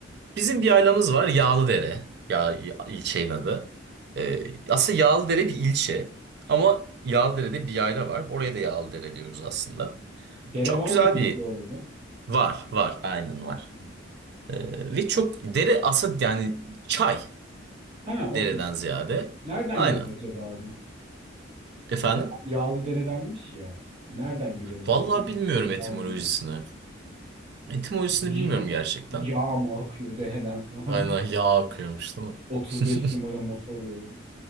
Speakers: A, on the right; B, on the right.
A: Bizim bir ailemız var Yağlıdere. Ya ya- ilçenin adı. Ee, aslında Yağlıdere bir ilçe ama Yağlıdere'de bir yayla var. Oraya da Yağlıdere diyoruz aslında.
B: Dere
A: Çok
B: var
A: güzel
B: mı peki
A: bir
B: orada?
A: var var aynen var.
B: Hı.
A: Ee, ve çok dere aslında yani çay
B: Ha, okey.
A: dereden ziyade.
B: Nereden
A: Aynen.
B: geliyor acaba adı?
A: Efendim?
B: Ya- yağlı deredenmiş ya. Nereden geliyor acaba?
A: Vallahi
B: Bir
A: bilmiyorum
B: şey
A: etimolojisini.
B: var mı?
A: Etimolojisini
B: <laughs>
A: bilmiyorum gerçekten.
B: Yağ mı akıyor dereden falan?
A: Aynen yağ akıyormuş değil mi?
B: 35
A: <laughs>
B: numara motor yağı.